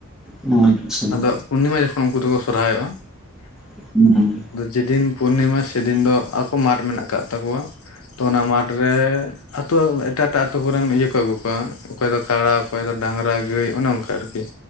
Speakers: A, in the centre; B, on the left.
A: ᱟᱪᱪᱷᱟ ᱟᱨ
B: ᱟᱫᱚ ᱯᱩᱱᱱᱤᱢᱟ ᱡᱚᱠᱷᱚᱱ ᱩᱱᱠᱩ ᱫᱚᱠᱚ ᱥᱚᱨᱦᱟᱭᱚᱜ-ᱟ᱾
A: <unintelligible>
B: ᱟᱫᱚ ᱡᱮᱫᱤᱱ ᱯᱩᱨᱱᱤᱢᱟ ᱥᱮᱫᱤᱱ ᱫᱚ ᱟᱠᱚ ᱢᱟᱴᱷ ᱢᱮᱱᱟᱜ ᱟᱠᱟᱫ ᱛᱟᱠᱚᱣᱟ, ᱛᱚ ᱚᱱᱟ ᱢᱟᱴᱷ ᱨᱮ ᱟᱛᱳ ᱮᱴᱟᱜ ᱮᱴᱟᱜ ᱟᱛᱳ ᱠᱚᱨᱮᱱ ᱤᱭᱟᱹ ᱠᱚ ᱟᱹᱜᱩ ᱠᱚᱣᱟ, ᱚᱠᱚᱭ ᱫᱚ ᱠᱟᱲᱟ ᱚᱠᱚᱭ ᱫᱚ ᱰᱟᱝᱨᱟ ᱜᱟᱹᱭ ᱚᱱᱮ ᱚᱱᱠᱟ ᱟᱨᱠᱤ,